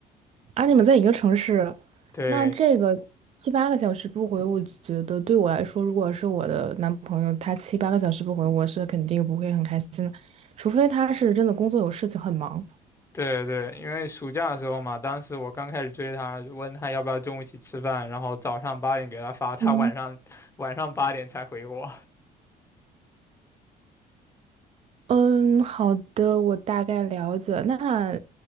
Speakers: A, on the right; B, on the left.
A: 啊，你们在一个城市，
B: 对
A: 那这个七八个小时不回，我觉得对我来说，如果是我的男朋友，他七八个小时不回，我是肯定不会很开心的，除非他是真的工作有事情很忙。
B: 对对，因为暑假的时候嘛，当时我刚开始追她，问她要不要中午一起吃饭，然后早上八点给她发，她晚上晚上八点才回我。
A: 嗯，嗯，好的，我大概了解。那，